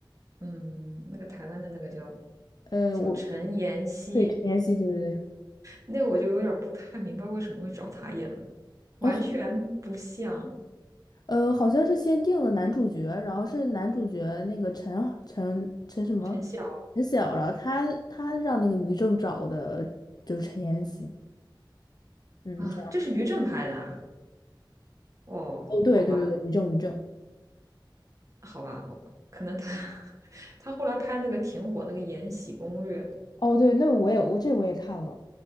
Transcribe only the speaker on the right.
嗯，那个台湾的那个叫
叫陈妍希，
那个我就有点儿不太明白为什么会找她演了，完全不像
陈晓
啊，
这是于正拍的啊，哦，
好吧。
好吧，我可能他 <laughs> 他后来拍那个挺火那个《延禧攻略》